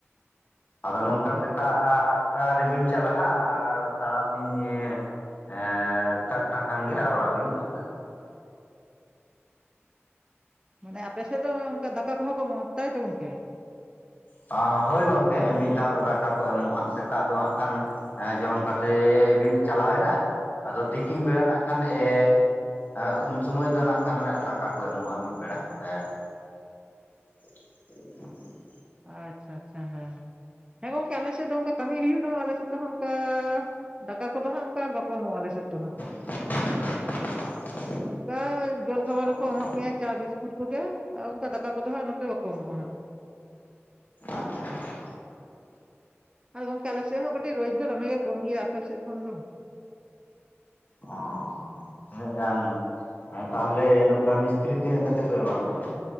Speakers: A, on the left; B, on the right.
A: ᱟᱫᱚ
B: ᱟᱪᱪᱷᱟ
A: ᱱᱚᱝᱠᱟ ᱥᱮᱛᱟᱜ
B: ᱟᱪᱪᱷᱟ
A: ᱟᱴ ᱴᱟ ᱨᱮᱵᱤᱱ ᱪᱟᱞᱟᱜᱼᱟ ᱟᱨ ᱛᱟᱨᱟᱥᱤᱧ ᱦᱮᱸ ᱪᱟᱴᱴᱟ ᱠᱷᱟᱱ ᱜᱮ ᱦᱟᱸᱜ ᱚᱲᱟᱜ ᱵᱤᱱ ᱦᱤᱡᱩᱜᱼᱟ ᱾
B: ᱢᱟᱱᱮ ᱟᱯᱮ ᱥᱮᱫ ᱫᱚ ᱚᱱᱮ ᱚᱝᱠᱟ ᱫᱟᱠᱟ ᱠᱚᱦᱚᱸ ᱠᱚ ᱮᱢᱚᱜᱼᱟ ᱛᱟᱭᱛᱚ ᱜᱚᱝᱠᱮ?
A: ᱟ ᱦᱚᱭ ᱜᱚᱝᱠᱮ ᱢᱤᱫ ᱫᱷᱟᱣ ᱫᱚ ᱫᱟᱠᱟ ᱠᱚ ᱮᱢᱚᱜᱼᱟ ᱾ ᱥᱮᱛᱟᱜ ᱫᱚ ᱦᱟᱸᱜ ᱠᱷᱟᱱ ᱦᱮᱸ ᱡᱚᱢ ᱠᱟᱛᱮᱻᱜ ᱵᱤᱱ ᱪᱟᱞᱟᱣᱮᱱᱟ, ᱟᱫᱚ ᱛᱤᱠᱤᱱ ᱵᱮᱲᱟ ᱱᱟᱜ ᱠᱷᱟᱱ ᱮ ᱦᱮᱸ ᱩᱱ ᱥᱚᱢᱚᱭ ᱫᱚ ᱱᱟᱜ ᱠᱷᱟᱱ ᱮ ᱫᱟᱠᱟ ᱠᱚ ᱮᱢᱚᱜᱼᱟ ᱢᱤᱫ ᱵᱮᱲᱟ ᱦᱮᱸ ᱾ <inaudible>
B: ᱟᱪᱪᱷᱟ ᱟᱪᱪᱷᱟ ᱦᱮᱸ ᱾ ᱦᱮᱸᱜᱚᱝᱠᱮ ᱟᱞᱮ ᱥᱮᱫ ᱫᱚ ᱚᱝᱠᱟ ᱠᱟᱹᱢᱤ ᱦᱩᱭᱩᱜ ᱨᱮᱦᱚᱸ ᱟᱞᱮ ᱥᱮᱫ ᱫᱚ ᱦᱟᱸᱜ ᱚᱝᱠᱟ ᱫᱟᱠᱟ ᱠᱚᱫᱚ ᱦᱟᱸᱜ ᱚᱝᱠᱟ ᱟᱨ ᱵᱟᱠᱚ ᱮᱢᱚᱜᱼᱟ ᱟᱞᱮ ᱥᱮᱫ ᱫᱚ ᱦᱟᱸᱜ ᱾
A: <unintelligible>
B: ᱚᱝᱠᱟ ᱡᱚᱞ ᱠᱷᱟᱵᱟᱨ
A: ᱚ
B: ᱜᱮᱠᱚ ᱮᱢᱟᱜ ᱢᱮᱭᱟ ᱪᱟ ᱵᱤᱥᱠᱩᱴ ᱠᱚᱜᱮ ᱟᱨ ᱚᱝᱠᱟ ᱫᱟᱠᱟ ᱠᱚᱫᱚ ᱦᱟᱸᱜ ᱱᱚᱛᱮ ᱫᱚ ᱵᱟᱠᱚ ᱮᱢᱚᱜᱼᱟ ᱦᱟᱸᱜ ᱾
A: ᱟᱪᱪᱷᱟ ᱟᱪᱪᱷᱟ᱾
B: ᱟᱫᱚ ᱜᱚᱝᱠᱮ ᱟᱞᱮ ᱥᱮᱫ ᱦᱚᱸ ᱠᱟᱹᱴᱤᱡ ᱨᱳᱡᱽ ᱫᱚᱢᱮ ᱜᱮ ᱠᱚᱢ ᱜᱮᱭᱟ ᱟᱯᱮ ᱥᱮᱫ ᱠᱷᱚᱱ ᱫᱚ ᱾
A: ᱚᱸᱻ ᱛᱤᱱᱟᱹᱜ ᱜᱟᱱ, ᱛᱟᱦᱚᱞᱮ ᱱᱚᱝᱠᱟ ᱢᱤᱥᱛᱨᱤ ᱛᱤᱱᱟᱹᱜ ᱠᱟᱛᱮᱜ ᱠᱚ ᱮᱢᱟ ᱠᱚ ᱠᱟᱱᱟ?